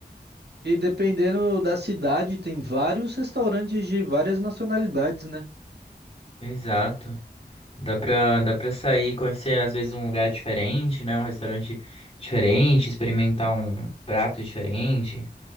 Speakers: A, on the right (about 75°); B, on the left (about 35°).
A: e dependendo da cidade, tem vários restaurantes de várias nacionalidades, né?
B: Exato. Dá pra, dá pra sair, conhecer às vezes um lugar diferente, né? Um restaurante diferente, experimentar um prato diferente.